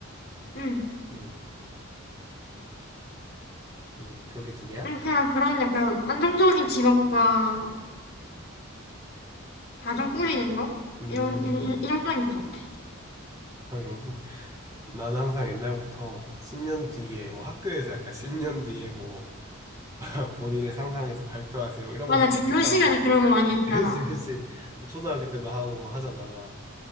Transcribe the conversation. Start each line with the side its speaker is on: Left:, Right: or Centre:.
Left: 응,
Right: 음, 음, 그렇게 두 개야?
Left: 응, 그냥 그런 약간 안정적인 직업과 가정 꾸리는 거?
Right: 음,
Left: 이런, 이, 이, 이 정도인 것 같아.
Right: 하긴. 나는 항상 옛날부터 10년 뒤에, 뭐 학교에서 약간 10년 뒤에 뭐 <laughs> 본인을 상상해서 발표하세요. 이런
Left: 맞아,
Right: 걸
Left: 진로
Right: 했단
Left: 시간에
Right: 말이야.
Left: 그런 거 많이 했잖아.
Right: <laughs> 그치, 그치. 뭐 초등학교 때도 하고 막 하잖아.